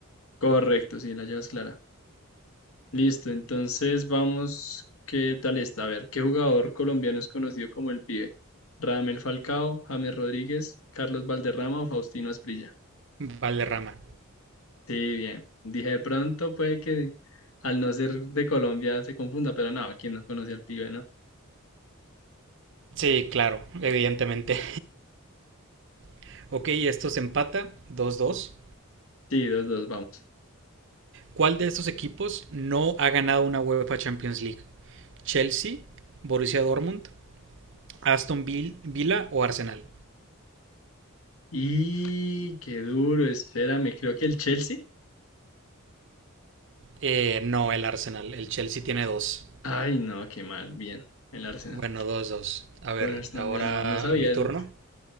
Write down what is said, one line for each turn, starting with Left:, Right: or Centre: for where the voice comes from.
Left: correcto, sí, la llevas clara. Listo, entonces vamos, ¿qué tal está? A ver, ¿qué jugador colombiano es conocido como el Pibe? Radamel Falcao, James Rodríguez, Carlos Valderrama o Faustino Asprilla.
Right: Valderrama.
Left: Sí, bien. Dije, de pronto puede que al no ser de Colombia se confunda, pero no, ¿quién no conoce al Pibe, no?
Right: Sí, claro, evidentemente. <laughs> ok, esto se empata 2-2.
Left: Sí, dos, dos, vamos.
Right: ¿Cuál de estos equipos no ha ganado una UEFA Champions League? ¿Chelsea, Borussia Dortmund, Aston Vil- Villa o Arsenal?
Left: Y qué duro, espérame, creo que el Chelsea.
Right: Eh, no, el Arsenal. El Chelsea tiene dos.
Left: Ay, no, qué mal, bien, el Arsenal.
Right: Bueno, dos, dos. A ver,
Left: Gunners no
Right: ahora
Left: han ganado, no sabía
Right: mi turno.
Left: eso.